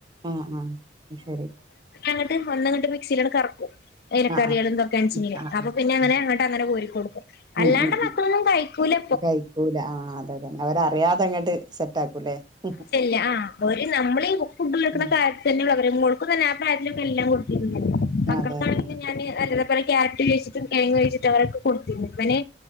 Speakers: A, on the right; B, on the left.
A: ആ ആ ശരി.
B: ങ്ങട്ട്ന്നങ്ങട്ട് മിക്സയിലോടെ കറക്കും ഇലക്കറികൾ
A: ആഹ് ആഹ്
B: എന്തൊക്കെ അണിച്ച
A: ആഹ്
B: അപ്പ
A: ആഹ്
B: പിന്നെ അങ്ങനെ
A: ആഹ്
B: അങ്ങട്ട് അങ്ങനെ കോരിക്ക കൊടുക്കും അല്ലാണ്ട്
A: ഉം ഉം
B: മക്കളൊന്നും
A: ഉം
B: കഴി ക്കൂല
A: കഴിക്കൂല ആ അതെ അതെന്നെ അവരറിയാതെ അങ്ങോട്ട് സെറ്റ് ആക്കൂല്ലേ ഉം
B: ചെല്ല് ആ ഒര് നമ്മള് ഈ ബുക് ഫുഡ് വെക്ക്ണ
A: ഉം.
B: കാര്യത്തിതന്നൊള്ളൂ അവര് മോൾക്കും തന്നെ ആ പ്രായത്തിലൊക്കെ എല്ലാം കൊടുത്തീന്നു ഞാന് മക്കൾക്കാണെങ്കിലും
A: അതെ അതെ
B: ഞാന് അലുവ വടെ ക്യാരറ്റ് കഴിച്ചിട്ടും കെഴങ് കഴിച്ചിട്ടും അവരൊക്കെ കൊട് വന്